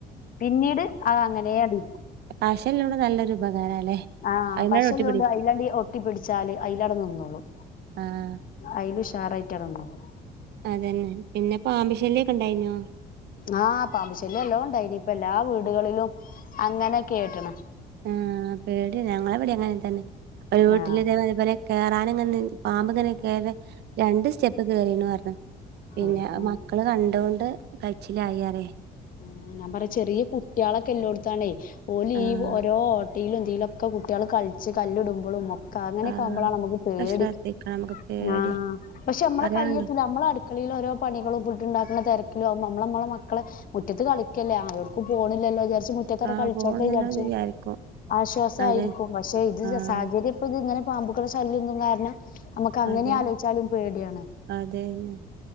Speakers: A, on the left; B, on the right.
A: പിന്നീട് അത് അങ്ങനെ അങ്ങിരിക്കും.
B: പശെല്ലലൊരു നല്ലൊരു ഉപകാരാല്ലേ
A: ആഹ്
B: അയിമേണ്ട്
A: പശല്ലോണ്ട്
B: ഒട്ടി പിടിക്കും
A: അയിലണ്ടി ഒട്ടി പിടിച്ചാല് അയിലാടെ നിന്നോളും
B: ആഹ്
A: അയില് ഉഷാറായിട്ടടെനിന്നോളും
B: അതന്നെ പിന്നെ പാമ്പ് ശല്യൊക്കെ ഉണ്ടായീനോ?
A: ആഹ് പാമ്പുശല്യം നല്ലോ ഉണ്ടായിനി ഇപ്പെല്ലാ വീടുകളിലും അങ്ങനെയൊക്കെ കേട്ടണ്
B: ആഹ് പേടിയാ ഞങ്ങളെവിടെ അങ്ങനെത്തന്നെ ഒരു വീട്ടിലേ
A: ആഹ്
B: അതേപോലെ കേറാനിങ്ങനെ നിന്ന് പാമ്പ് ഇങ്ങനെ കേറ രണ്ട് സ്റ്റെപ്പ് കേറീണുപറഞ്ഞ് പിന്നെ
A: ഉം
B: മക്ക മക്കള് കണ്ടോണ്ട് കയിച്ചിലായിറേയ്
A: ആ ഞാൻ പറയാ ചെറിയ കുട്ടികളൊക്കെ ഇല്ലോടത്താണേ ഓല്
B: ആഹ്
A: ഈ ഓരോ കുട്ടീലും ഇതിലൊക്കെ കുട്ടികൾ കളിച്ച് കല്ലിടുമ്പോഴും ഒക്കെ അങ്ങനെയൊക്കെ
B: ആഹ്
A: ആവുമ്പോളാണ് അമ്മക്ക് പേടി.
B: ഒക്കെ ശ്രദ്ധിക്കണം നമുക്ക് പേടിയാ
A: ആ പക്ഷെ അമ്മളെ
B: പറയാണ്ടോ
A: കയ്യത്തുല്ല നമ്മള അടുക്കളീല് ഓരോ പണികളും ഫുഡുണ്ടാക്കുന്ന തിരക്കിലും ആവുമ്പോ അമ്മളമ്മളെ മക്കളെ മുറ്റത്ത് കളിക്കല്ലേ ആ എവടക്കും പോണില്ലല്ലോ എന്ന് വിചാരിച്ച് ഇത്ര
B: ആഹ്
A: കളിച്ചോട്ടെ
B: പോണന്നല്ലോന്ന്
A: വിചാരിച്ചും
B: വിചാരിക്കും
A: ആശ്വാസായിരിക്കും
B: അതെ
A: പക്ഷെ ഇത്
B: ആഹ്
A: സാഹചര്യം ഇപ്പ ഇത് ഇങ്ങനെ പാമ്പുകളെ ശല്യന്നും കാരണം നമ്മക്ക് അങ്ങനെ
B: അതെ
A: ആലോയിച്ചാലും പേടിയാണ്
B: അതന്നെ